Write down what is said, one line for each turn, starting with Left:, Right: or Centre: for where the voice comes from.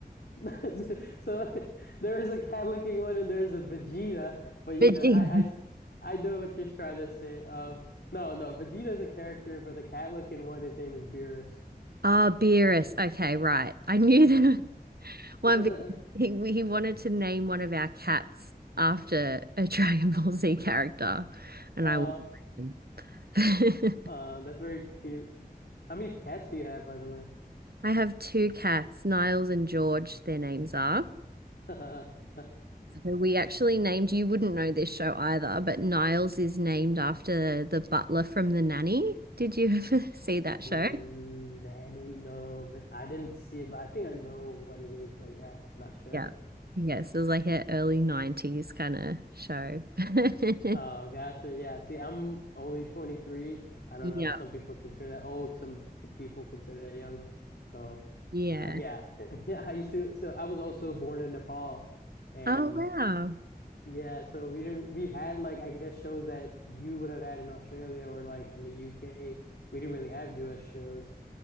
Left: <laughs> So <laughs> there is a cat looking one and there's a Vegeta, but you
Right: Vegeta.
Left: know, I, I
Right: <laughs>
Left: s- I know what you're trying to say. Um, no, no, Vegeta's a character, but the cat looking one, his name is Beerus.
Right: Ah, Beerus. Okay, right. I knew <laughs> that. One
Left: <laughs>
Right: because he he wanted to name one of our cats after a <laughs> Dragon Ball Z character, and
Left: Uh,
Right: I wouldn't blame him.
Left: uh, that's very cute. How many cats do you have, by the
Right: <laughs> I have two cats, Niles and George, their names are.
Left: way? <laughs>
Right: So we actually named, you wouldn't know this show either, but Niles is named after the butler from The Nanny. Did you <laughs> ever see that show?
Left: Mm, Nanny, no, ma- I didn't see it, but I think I know what it is, but yeah, not sure.
Right: Yeah. Yes, it was like an early 90s kind of show. <laughs>
Left: Oh, gotcha. Yeah. See, I'm only 23. I don't
Right: Yeah.
Left: know. Some people consider that old. Some people consider that young. So,
Right: Yeah.
Left: uh, yeah. <laughs> I used to. So I was also born in Nepal, and
Right: Oh, wow.
Left: yeah. So we didn't. We had like I guess shows that you would have had in Australia or like in the UK. We didn't really have US shows.